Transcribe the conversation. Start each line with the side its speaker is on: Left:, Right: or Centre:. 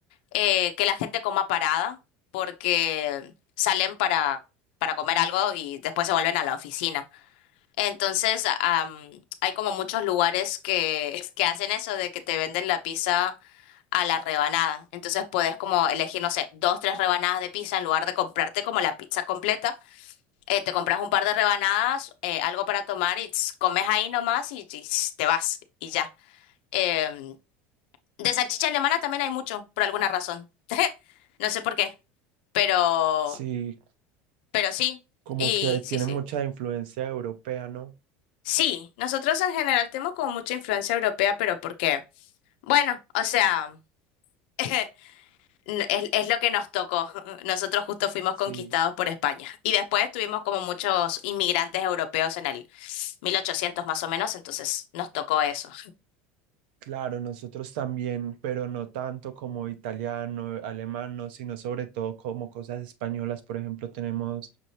Left: eh, que la gente coma parada, porque salen para, para comer algo y después se vuelven a la oficina. Entonces, am, hay como muchos lugares que, que hacen eso de que te venden la pizza a la rebanada. Entonces puedes como elegir, no sé, dos, tres rebanadas de pizza en lugar de comprarte como la pizza completa. Eh, te compras un par de rebanadas, eh, algo para tomar y tss, comes ahí nomás y, y tss, te vas y ya. Em, de salchicha alemana también hay mucho, por alguna razón. <laughs> No sé por qué, pero,
Right: Sí,
Left: pero sí.
Right: como
Left: Y
Right: que tiene
Left: sí, sí.
Right: mucha influencia europea, ¿no?
Left: Sí, nosotros en general tenemos como mucha influencia europea, pero porque, bueno, o sea, <laughs> n- es, es lo que nos tocó. <laughs> Nosotros justo fuimos
Right: Sí.
Left: conquistados por España y después tuvimos como muchos inmigrantes europeos en el 1800 más o menos, entonces nos tocó eso.
Right: Claro, nosotros también, pero no tanto como italiano, alemán, no, sino sobre todo como cosas españolas. Por ejemplo, tenemos